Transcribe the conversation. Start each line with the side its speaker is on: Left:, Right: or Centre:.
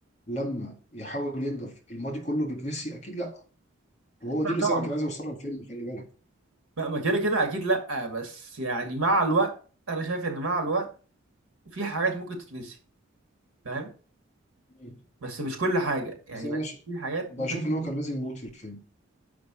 Left: لما يحاول ينضف الماضي كله بيتنسي اكيد لا وهو
Right: لا
Left: دي الرساله
Right: طبعا
Left: اللي كان عايز يوصلها الفيلم خلي بالك
Right: ما ما كده كده اكيد لا بس يعني مع الوقت انا شايف ان مع الوقت في حاجات ممكن تتنسي فاهم
Left: مم.
Right: بس مش كل حاجه يعني
Left: بس انا
Right: بس
Left: ش...
Right: في حاجات
Left: بشوف
Right: ممكن تخلص
Left: ان هو كان لازم يموت في الفيلم